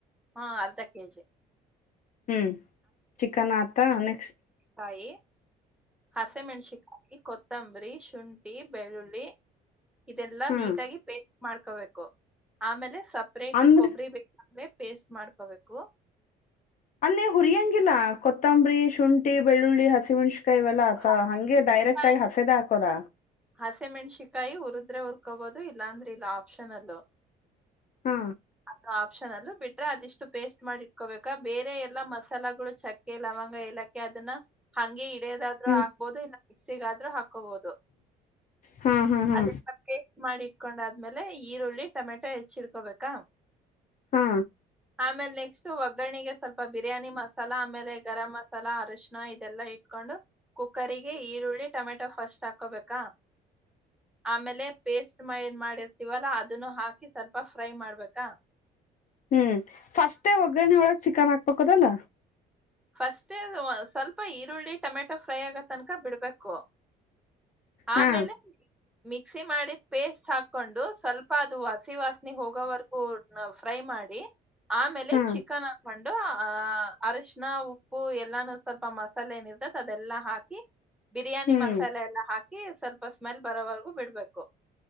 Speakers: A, in the centre; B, on the left (about 50°).
A: ಹ ಅರ್ಧ ಕೆಜಿ.
B: ಹ್ಮ್ ಚಿಕನ್ ಆತಾ ನೆಕ್ಸ್ಟ.
A: ಕಾಯಿ. ಹಸೆ ಮೆಣಶಿಕಾಯಿ. ಕೊತ್ತಂಬರಿ ಶುಂಠಿ ಬೆಳ್ಳುಳ್ಳಿ. ಇದೆಲ್ಲಾ
B: ಹಾ
A: ನೀಟಾಗಿ ಪೆ ಮಾಡ್ಕೋಬೇಕು ಆಮೇಲೆ. ಸಪ್ರೇಟ್
B: ಅಂದ್ರ
A: ಕೊಬ್ಬರಿ ಬೇ ಪೇಸ್ಟ್ ಮಾಡ್ಕೋಬೇಕು.
B: ಅಲ್ಲೇ ಹುರಿಯಂಗಿಲ್ಲ ಕೊತ್ತಂಬರಿ ಶುಂಠಿ ಬೆಳ್ಳುಳ್ಳಿ ಹಸಿಮೆಣಸು ಕಾಯಿ ಇವೆಲ್ಲಸ
A: ಹಸಿಮೆಣಸಿಕಾಯಿ
B: ಹಂಗೆ ಡೈರೆಕ್ಟ್ ಆಗಿ ಹಸೇದೆ ಹಾಕೋದ.
A: ಹಸಿಮೆಣ್ಸಿಕಾಯಿ ಹುರಿದ್ರೆ ಹುರ್ಕೊಬೋದು ಇಲ್ಲಾಂದ್ರ ಇಲ್ಲ ಆಪ್ಷನಲ್ಲ.
B: ಹಾ
A: ಅದ ಆಪ್ಷನ್ ಅಲ್ಲೂ ಬಿಟ್ರೆ ಅದಿಷ್ಟು ಪೇಸ್ಟ್ ಮಾಡಿ ಇಟ್ಕೋಬೇಕಾ ಬೇರೆ ಎಲ್ಲಾ ಮಸಾಲಗಳು ಚಕ್ಕೆ ಲವಂಗ ಏಲಕ್ಕ ಅದನ್ನ ಹಂಗೆ ಇ ತೇದ್ ಆದರು
B: ಹ್ಮ್
A: ಹಾಬಹುದು ಇಲ್ಲ ಮಿಕ್ಸಿಗ ಆದ್ರೂ ಹಾಕ ಕ ಬೋದು
B: ಹಾ ಹಾ ಹಾ
A: ಅದನ್ನ ಪೇಸ್ಟ್ ಮಾಡಿ ಇಟ್ಕೋ. ಹಕೊಂಡಾದ್ಮೇಲೆ ಈರುಳ್ಳಿ ಟೊಮೆಟೊ ಹೆಚ್ಚಿ ಇಡ್ಕೋಬೇಕಾ.
B: ಹಾ
A: ಆಮೇಲೆ ನೆಕ್ಸ್ಟ ಒಗ್ಗರಣೆಗೆ ಸ್ವಲ್ಪ. ಸ್ಪ ಬಿರಿಯಾನಿ ಮಸಾಲ ಆಮೇಲೆ ಗರಂ ಮಸಾಲ ಅರಶಣ ಇದೆಲ್ಲಾ ಇಟ್ಕೊಂಡು ಕುಕ್ಕರಿಗೆ ಈರುಳ್ಳಿ ಟೊಮೆಟೊ ಫಸ್ಟ್ ಹಾಕೋಬೇಕಾ ಆಮೇಲೆ ಪೇಸ್ಟ್ ಏನ್ ಮಾಡಿರ್ತೀವಲ್ಲಾ ಅದನ್ನು ಹಾಕಿ ಸ್ವಲ್ಪ ಫ್ರೈ ಮಾಡ್ಬೇಕ‌. ಕ
B: ಹ್ಮ್ ಫಸ್ಟೇ ಒಗ್ಗರಣ ಒಳಗ್ ಚಿಕನ್ ಹಾಕ್ಬೇಕ. ಕೊದಲ್ಲ.
A: ಫಸ್ಟೆ ಅ ಸ್ವಲ್ಪ ಈರುಳ್ಳಿ. ಟಮೆಟೊ ಫ್ರೈ ಆಗತ ತನಕ ಬಿಡ್ಬೇಕು. ಕ್ಕು ಆಮೇಲೆ.
B: ಹಾ
A: ಮಿಕ್ಸಿ ಮಾಡಿದ ಪೇಸ್ಟ್ ಹಾಕೊಂಡು ಸ್ವಲ್ಪ ಅದು ಹಸಿ ವಾಸನಿ ಹೋಗೋವರ್ಗೂ ಫ್ರೈ ಮಾಡಿ. ಆಮೇಲೆ
B: ಹಾ
A: ಚಿಕನ್ ಹಾಕಂಡ. ಂಡು ಅರಷ. ನ್ನ ಉಪ್ಪು ಎಲ್ಲಾನು ಸ್ವಲ್ಪ ಮಸಾಲೆ ನಿ ಇರತ್ತತ್ತಿ ಅದೆಲ್ಲಾ ಹಾಕಿ. ಬಿರಿಯಾನಿ
B: ಹ್ಮ್
A: ಮಸಾಲೆ ಎಲ್ಲಾ ಹಾಕ ಸ್ವಲ್ಪ ಸ್ಮೆಲ್ ಬರೋವರೆಗೂ ಬಿಡ್ಬೇಕು.